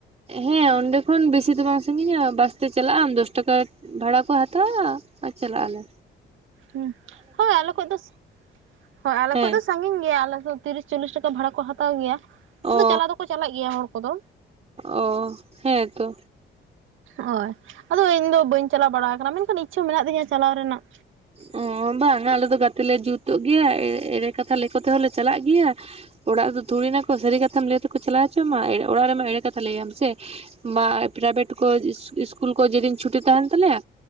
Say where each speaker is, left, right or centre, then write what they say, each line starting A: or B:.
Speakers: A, on the right; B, on the right.
A: ᱦᱮᱸ ᱚᱸᱰᱮ ᱠᱷᱚᱱ ᱵᱮᱥᱤ ᱫᱚ ᱵᱟᱝ ᱥᱟᱺᱜᱤᱧᱟ ᱵᱟᱥ ᱛᱮ ᱪᱟᱞᱟᱜ ᱟᱢ ᱫᱚᱥ ᱴᱟᱠᱟ ᱵᱷᱟᱲᱟ ᱠᱚ ᱦᱟᱛᱟᱣᱟ ᱟᱨ ᱪᱟᱞᱟᱜ ᱟᱞᱮ
B: ᱮᱸ ᱦᱳᱭ ᱟᱞᱮ ᱠᱷᱚᱡ ᱫᱚ ᱦᱳᱭ ᱟᱞᱮ
A: ᱦᱮᱸ
B: ᱠᱷᱚᱡ ᱫᱚ ᱥᱟᱺᱜᱤᱧ ᱜᱮᱭᱟ᱾ ᱟᱞᱮ ᱫᱚ ᱛᱤᱨᱤᱥ ᱪᱚᱞᱞᱤᱥ ᱴᱟᱠᱟ ᱵᱷᱟᱲᱟ ᱠᱚ ᱦᱟᱛᱟᱣ ᱜᱮᱭᱟ᱾
A: ᱚᱻ
B: ᱟᱫᱚ ᱪᱟᱞᱟᱣ ᱫᱚᱠᱚ ᱪᱟᱞᱟᱜ ᱜᱮᱭᱟ ᱦᱚᱲ ᱠᱚᱫᱚ
A: ᱚ ᱦᱮᱸ ᱛᱚ
B: ᱦᱳᱭ ᱟᱫᱚ ᱤᱧ ᱫᱚ ᱵᱟᱹᱧ ᱪᱟᱞᱟᱣ ᱵᱟᱲᱟ ᱟᱠᱟᱱᱟ, ᱢᱮᱱᱠᱷᱟᱱ ᱤᱪᱪᱷᱟᱹ ᱢᱮᱱᱟᱜ ᱛᱤᱧᱟᱹ ᱪᱟᱞᱟᱣ ᱨᱮᱱᱟᱜ᱾
A: ᱚ ᱵᱟᱝ ᱟᱞᱮ ᱫᱚ ᱜᱟᱛᱮ ᱞᱮ ᱡᱩᱛᱚᱜ ᱜᱮᱭᱟ ᱮᱲᱮ ᱠᱟᱛᱷᱟ ᱞᱟᱹᱭ ᱠᱚᱛᱮ ᱦᱚᱸᱞᱮ ᱪᱟᱞᱟᱜ ᱜᱮᱭᱟ ᱚᱲᱟᱜ ᱨᱮᱫᱚ ᱛᱷᱩᱲᱮᱱᱟᱠᱚ ᱥᱟᱹᱨᱤ ᱠᱟᱛᱷᱟᱢ ᱞᱟᱹᱭ ᱛᱮᱠᱚ ᱪᱟᱞᱟᱣ ᱦᱚᱪᱚ ᱢᱟ, ᱚᱲᱟᱜ ᱨᱮᱢᱟ ᱮᱲᱮ ᱠᱟᱛᱷᱟ ᱞᱟᱹᱭᱟᱢ ᱥᱮ᱾ ᱵᱟ ᱯᱨᱟᱭᱵᱷᱮᱴ ᱠᱚ ᱤᱥᱠᱩᱞ ᱠᱚ ᱡᱮᱫᱤᱱ ᱪᱷᱩᱴᱤ ᱛᱟᱦᱮᱱ ᱛᱟᱞᱮᱭᱟ